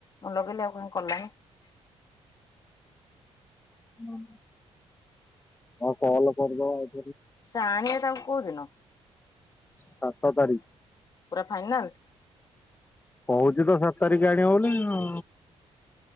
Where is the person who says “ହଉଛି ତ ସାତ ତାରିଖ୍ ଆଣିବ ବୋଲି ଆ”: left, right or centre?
Left